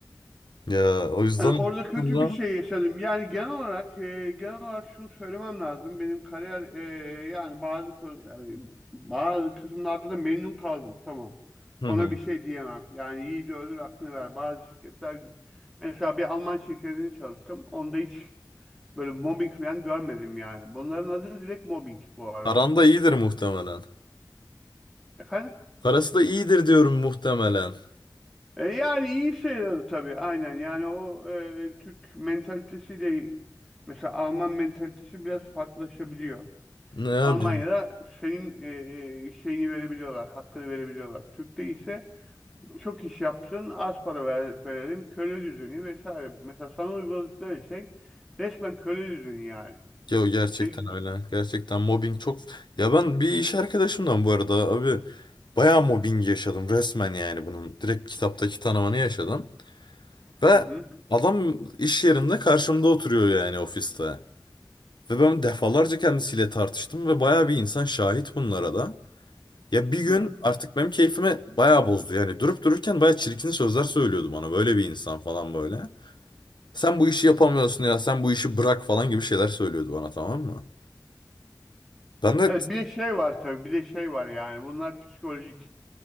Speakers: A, on the left; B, in the centre.
A: Ya o yüzden
B: Yani orada kötü
A: sonra...
B: bir şey yaşadım. Yani genel olarak e, genel olarak şunu söylemem lazım. Benim kariyer e, yani bazı ko- yani bazı kısımlarda memnun kaldım. Tamam.
A: Hı
B: Ona
A: hı.
B: bir şey diyemem. Yani yiğidi öldür hakkını ver. Bazı şirketler mesela bir Alman şirketinde çalıştım. Onda hiç böyle mobbing falan görmedim yani. Bunların adı direkt mobbing bu arada.
A: Aranda iyidir muhtemelen.
B: Efendim?
A: Parası da iyidir diyorum muhtemelen.
B: E, yani iyi sayılır tabii aynen. Yani o e, Türk mentalitesiyle mesela Alman mentalitesi biraz farklılaşabiliyor.
A: Ne ya
B: Almanya'da
A: biz...
B: senin e, e, şeyini verebiliyorlar, hakkını verebiliyorlar. Türk'te ise çok iş yaptın, az para ver- verelim, köle düzeni vesaire. Mesela sana uyguladıkları şey resmen köle düzeni yani.
A: Ya gerçekten
B: Seni...
A: öyle. Gerçekten mobbing çok... Ya ben bir iş arkadaşımdan bu arada abi bayağı mobbing yaşadım resmen yani bunun. Direkt kitaptaki tanımını yaşadım. Ve
B: Hı hı,
A: adam iş yerinde karşımda oturuyor yani ofiste. Ve ben defalarca kendisiyle tartıştım ve bayağı bir insan şahit bunlara da. Ya bir gün
B: hı hı.
A: artık benim keyfime bayağı bozdu. Yani durup dururken bayağı çirkin sözler söylüyordu bana. Böyle bir insan falan böyle. Sen bu işi yapamıyorsun ya sen bu işi bırak falan gibi şeyler söylüyordu bana tamam mı? Ben de
B: Evet bir de şey var tabii, bir de şey var yani bunlar psikolojik